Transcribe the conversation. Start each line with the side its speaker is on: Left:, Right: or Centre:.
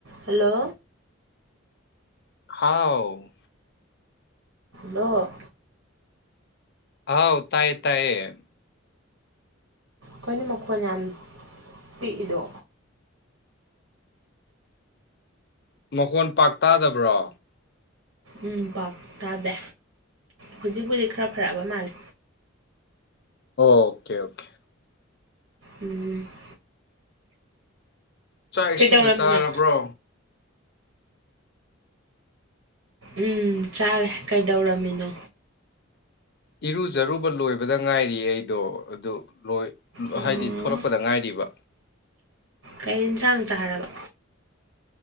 Right: hello
Left: ꯍꯥꯎ
Right: ꯗꯣ
Left: ꯑꯥꯎ ꯇꯥꯏꯌꯦ ꯇꯥꯏꯌꯦ
Right: ꯀꯩꯅꯣ ꯃꯈꯣꯟ ꯌꯥꯝ ꯄꯤꯛꯏꯗꯣ
Left: ꯃꯈꯣꯟ ꯄꯥꯛꯇꯥꯗꯕ꯭ꯔꯣ
Right: ꯎꯝ ꯄꯥꯛ ꯇꯥꯗꯦ ꯍꯧꯖꯤꯛꯄꯨꯗꯤ ꯈꯔ ꯐꯔꯛꯑꯕ ꯃꯥꯜꯂꯦ
Left: ꯑꯣ ꯀꯦ ꯑꯣꯀꯦ
Right: ꯎꯝ <inaudible>
Left: ꯆꯥꯛ
Right: ꯀꯩꯗꯧꯔꯝꯃꯤꯅꯣ
Left: ꯏꯁꯤꯡꯒ ꯆꯥꯔꯕ꯭ꯔꯣ
Right: ꯎꯝ ꯆꯥꯔꯦ ꯀꯩꯗꯧꯔꯝꯃꯤꯅꯣ
Left: ꯏꯔꯨꯖꯔꯨꯕ ꯂꯣꯏꯕꯗ ꯉꯥꯏꯔꯤ ꯑꯩꯗꯣ ꯑꯗꯨ ꯂꯣꯏ
Right: ꯑꯣ
Left: ꯍꯥꯏꯗꯤ ꯊꯣꯂꯛꯄꯗ ꯉꯥꯏꯔꯤꯕ
Right: ꯀꯩ ꯍꯦꯟꯖꯥꯡ ꯆꯥꯔꯕ